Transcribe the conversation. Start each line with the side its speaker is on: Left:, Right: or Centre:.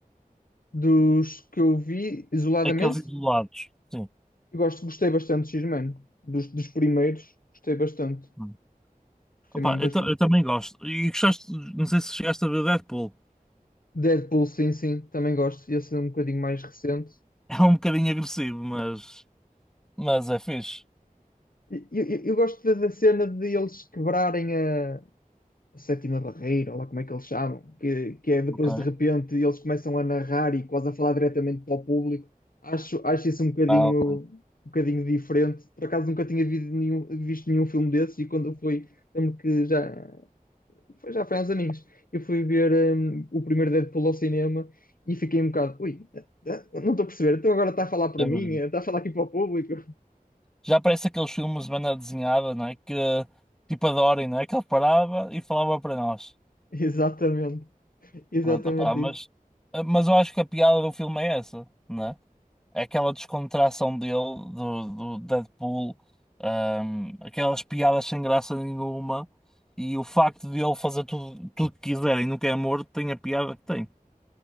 Left: Dos que eu vi isoladamente,
Centre: Aqueles isolados. Sim.
Left: eu gosto, gostei bastante de X-Men. Dos, dos primeiros, gostei bastante.
Centre: Hum.
Left: Gostei
Centre: Opa,
Left: mesmo bastante.
Centre: eu, ta- eu também gosto. E gostaste, não sei se chegaste a ver o Deadpool. <laughs>
Left: Deadpool, sim, sim, também gosto. Esse é um bocadinho mais recente.
Centre: É um bocadinho agressivo, mas, mas é fixe.
Left: E- Eu, eu, eu gosto da da cena de eles quebrarem a, a sétima barreira, ou lá como é que eles chamam, que, que é depois
Centre: Ok.
Left: de repente eles começam a narrar e quase a falar diretamente para o público. Acho, acho isso um bocadinho,
Centre: Ah, ok.
Left: um bocadinho diferente. Por acaso nunca tinha visto nenhum, visto nenhum filme desses e quando eu fui, lembro que já foi, já foi há uns aninhos, eu fui ver hum, o primeiro Deadpool ao cinema e fiquei um bocado, ui, eh, eh, não estou a perceber, então agora está a falar para
Centre: É
Left: mim,
Centre: verdade.
Left: eh, está a falar aqui para o público.
Centre: Já parece aqueles filmes de banda desenhada, não é? Que tipo adorem, não é? Que ele parava e falava para nós.
Left: <laughs> Exatamente, exatamente
Centre: Pronto, opa, mas,
Left: isso.
Centre: mas eu acho que a piada do filme é essa, não é? É aquela descontração dele, do, do Deadpool, ahm, aquelas piadas sem graça nenhuma, e o facto de ele fazer tudo, tudo que quiser e nunca é morto, tem a piada que tem.